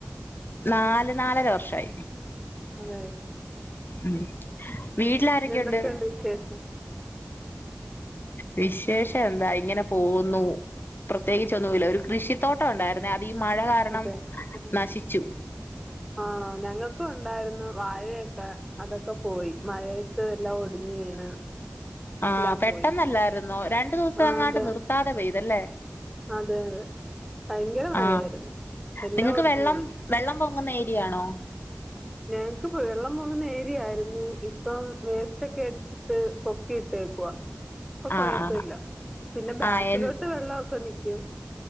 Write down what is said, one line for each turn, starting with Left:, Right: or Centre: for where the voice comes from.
Left: നല് നാലര വർഷായി
Centre: അതെ
Left: ഉം വീട്ടിലാരൊക്കെയുണ്ട്
Centre: പിന്നെ എന്തൊക്കെയുണ്ട് വിശേഷം
Left: വിശേഷം എന്താ ഇങ്ങനെ പോകുന്നു പ്രത്യേകിച്ച് ഒന്നുമില്ല ഒരു കൃഷി തോട്ടം ഉണ്ടായിരുന്നേ അത് ഈ മഴ കാരണം
Centre: അതെ ഉം.
Left: നശിച്ചു
Centre: ആണോ ഞങ്ങൾക്കും ഉണ്ടായിരുന്ന വാഴയൊക്കെ അതൊക്കെ പോയി മഴ ത്ത് എല്ലാം ഒടിഞ് വീണ്
Left: ആഹ്
Centre: എല്ലാം
Left: പെട്ടെന്നല്ലായിരുന്നോ
Centre: പോയി
Left: രണ്ടു ദിവസം
Centre: ആഹ്
Left: അങ്ങാണ്ട്
Centre: അതെ
Left: നിർത്താതെ പെയ്തല്ലേ
Centre: അതെ അതെ ഭയങ്കര മഴയായിരുന്നു
Left: ആ
Centre: എല്ലാം
Left: നിങ്ങക്ക്
Centre: ഒടിഞ്ഞഞ്
Left: വെള്ളം
Centre: വീണ്
Left: വെള്ളം പൊങ്ങുന്ന ഏരിയാണോ
Centre: ഞങ്ങക്ക് വെള്ളം പോകുന്ന ഏരിയായിരുന്നു ഇപ്പം വേ ഒക്കെ അടിച്ചിട്ട് പൊക്കി ഇട്ടേക്കുവാ ഇപ്പൊ കൊഴപ്പമില്ല
Left: ആ ആ
Centre: പിന്നെ ബാക്കിലോട്ട്
Left: ആ എൻ
Centre: വെള്ളമൊക്കെ നിക്കും